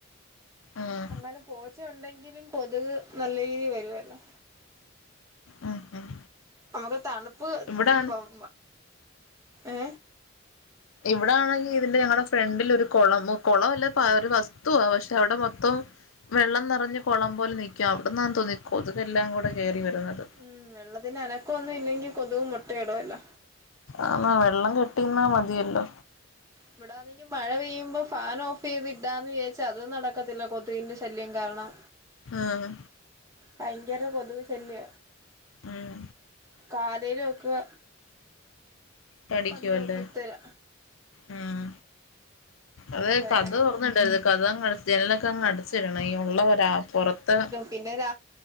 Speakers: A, on the left; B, on the right.
A: ഉം
B: അങ്ങനെ പോച്ച ഉണ്ടെങ്കിലും കൊതുക്നല്ല രീതി വരുവല്ലോ
A: ഉം ഉം
B: നമുക്ക് തണുപ്പ്
A: ഇവിടാണ്
B: ഇപ്പം ഏ
A: ഇവിടെ ആണെങ്കിൽ ഇതിന്റെ ഞങ്ങളടെ ഫ്രണ്ടിൽ ഒരു കുളം കുളം അല്ല, പാ ഒരു വസ്തുവ പക്ഷെ അവിടെ മൊത്തം വെള്ളം നിറഞ്ഞ്, കുളം പോലെ നിൽക്ക, അവിടന്ന് ആണെന്ന് തോന്ന് ഈ കൊതുക് എല്ലാം കയറി വരുന്നത്
B: ഉം വെള്ളത്തിന് അനക്കം ഒന്നും ഇല്ലെങ്കിൽ കൊതു മുട്ടയിടോല്ലോ
A: ആന്നാ വെള്ളം കെട്ടിന്നാ മതിയല്ലോ
B: ഇവിടാണെങ്കി മഴ പെയ്യുമ്പോ ഫാൻ ഓഫ്യ്ത് ഇടാന്ന് വിചാരിച്ച അതും നടക്കത്തില്ല കൊതുകിന്റെ ശല്യം കാരണം
A: ആഹ്
B: ഭയങ്കര കൊതുക് ശല്യ
A: ഉം
B: കാലേല് ഒക്കെ
A: കടിക്കുവല്ലേ,
B: വന്ന് കുത്തല
A: ഉം അതെ
B: എന്ത് ചെയ്യാനാ
A: കതവ് തുറന്നിടരുത്, കതവെങ്ങട് ജനലൊക്കെ അങ്ങ് അടച് ച്ചിടണം ഇ ഉള്ളോരാ പുറത്ത്
B: പിന്നെരാ